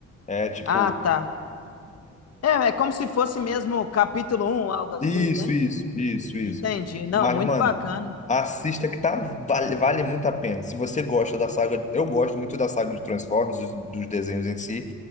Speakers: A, on the left (about 25°); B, on the left (about 55°).
A: É tipo
B: Ah, tá. É, é como se fosse mesmo capítulo um, algo assim,
A: Isso,
B: né?
A: isso, isso, isso.
B: Entendi. Não,
A: Mas,
B: muito
A: mano,
B: bacana.
A: assista que tá, vale, vale muito a pena. Se você gosta da saga, eu gosto muito da saga de Transformers, dos, dos desenhos em si,